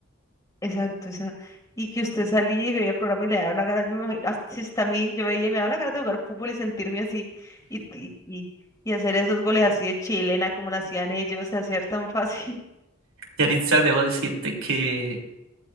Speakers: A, on the left; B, on the right.
A: Exacto, o sea, y que usted salía y veía el programa y le daba una gana, yo me imagino, así está a mí, yo veía y me daba una gana de jugar fútbol y sentirme así, y, y, y, y hacer esos goles así de chilena como lo hacían ellos, hacer tan fácil.
B: Yaritza, debo decirte que